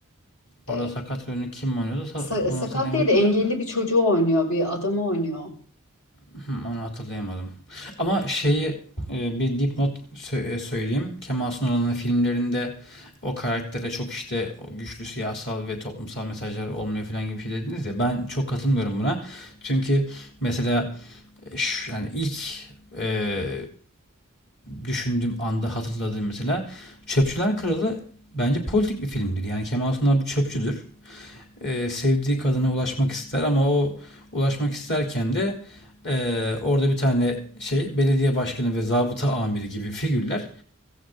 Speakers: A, on the left; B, on the left.
A: E,
B: Orada sakat rolünü kim oynuyordu sa-
A: sa-
B: onu
A: sakat
B: hatırlayamadım
A: değil de engelli
B: da.
A: bir çocuğu oynuyor, bir adamı oynuyor.
B: <laughs> Onu hatırlayamadım. Ama şeyi e, bir dipnot sö- e, söyleyeyim. Kemal Sunal'ın filmlerinde o karaktere çok işte o güçlü siyasal ve toplumsal mesajlar olmuyor falan gibi bir şey dediniz ya. Ben çok katılmıyorum buna. Çünkü mesela şu- yani ilk e, düşündüğüm anda hatırladığım mesela Çöpçüler Kralı bence politik bir filmdir. Yani Kemal Sunal bir çöpçüdür. E, sevdiği kadına ulaşmak ister ama o ulaşmak isterken de e, orada bir tane şey belediye başkanı ve zabıta amiri gibi figürler